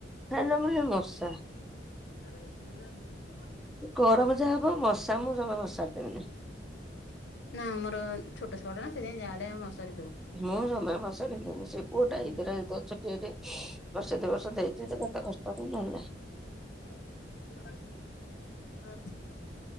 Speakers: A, in the centre; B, on the left (about 70°).
A: ଫ୍ୟାନ ନ ବୁଲିଲେ ମଶା।
B: <inaudible>
A: ଗରମ ଯାହା ହବ ମଶା ମୁଁ ଜମା ମସାରି ପାରିବିନି।
B: ନା ଆମର ଛୋଟ ଛୁଆଟେ ନା ସେଥିପାଇଁ ଯାହା ହେଲେ ଆମେ ମଶାରୀ ଦଉ।
A: ମୁଁ ଜମା ମଶାରୀ ଦିଏନି ସେ ପୁଅ
B: ହୁଁ
A: ଡାଳି କରା ହେଇଥିବ ଛୋଟିଆ ଟେ ବର୍ଷେ ଦୁଇ ବର୍ଷ ଦେଇଛି ତ କେତେ କଷ୍ଟ ତ ନହେଲେ ନାହିଁ।
B: <unintelligible>